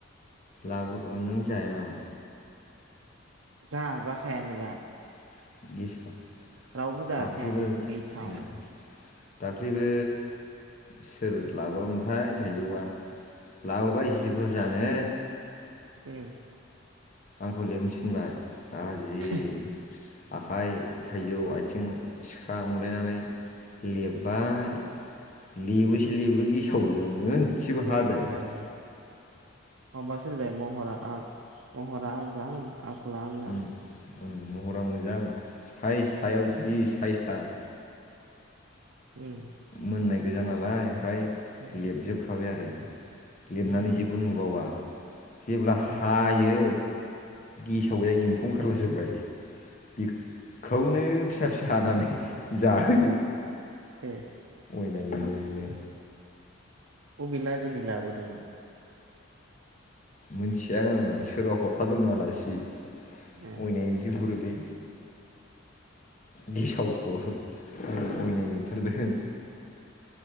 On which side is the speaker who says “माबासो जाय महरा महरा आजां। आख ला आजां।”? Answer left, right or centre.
Right